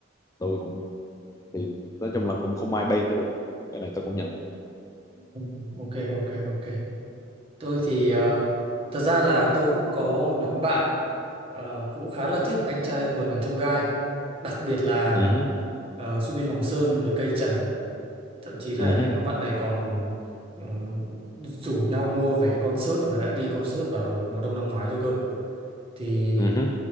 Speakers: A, on the left; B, on the right.
A: tôi cũng thì nói chung là cũng không ai bay nữa được cái này tôi cũng nhận
B: ừ, ok ok ok Tôi thì ờ, thật ra là tôi cũng có một nhóm bạn ờ, cũng khá là
A: ừ.
B: thích anh trai vượt ngàn chông gai, đặc biệt là
A: Ừ. hứ,
B: ờ, Subin Hoàng Sơn với Cây Trần, thậm chí là
A: Ừ.
B: cái nhóm bạn này còn ừ, rủ nhau mua vé concert và đã đi concert vào mùa đông năm ngoái rồi cơ thì
A: Ừ.